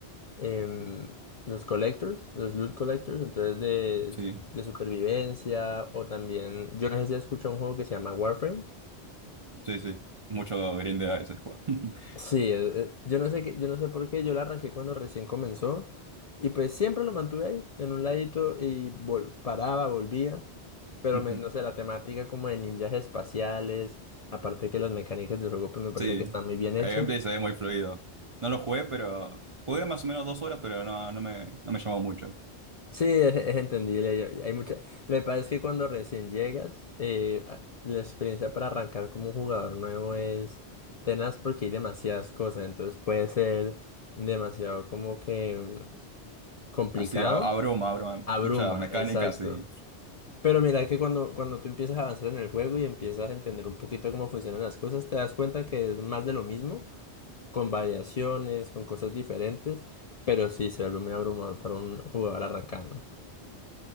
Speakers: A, on the left; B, on the right.
A: em, los collectors, los loot collectors, entonces de,
B: Sí,
A: de supervivencia o también, yo no sé si has escuchado un juego que se llama Warframe.
B: sí, sí. Mucho grindeo ese juego. <laughs>
A: Sí, eh, eh, yo no sé qué, yo no sé por qué, yo la arranqué cuando recién comenzó y pues siempre lo mantuve ahí, en un ladito y vol- paraba, volvía, pero
B: Ujú,
A: me- no sé, la temática como de ninjas espaciales, aparte que las mecánicas del juego pues me parece
B: Sí,
A: que están muy bien hechas.
B: el gameplay se ve muy fluido. No lo jugué, pero jugué más o menos dos horas, pero no, no me, no me llamó mucho.
A: Sí, es, es entendible. yo- Hay mucha... Lo que pasa es que cuando recién llegas, eh, a- la experiencia para arrancar como un jugador nuevo es tenaz porque hay demasiadas cosas. Entonces puede ser demasiado como que mm, complicado.
B: Así, a- abruma, abruma.
A: Abruma,
B: Muchas mecánicas
A: exacto.
B: y...
A: Pero mira que cuando, cuando tú empiezas a avanzar en el juego y empiezas a entender un poquito cómo funcionan las cosas, te das cuenta que es más de lo mismo, con variaciones, con cosas diferentes, pero sí se vuelve muy abrumador para un jugador arrancando.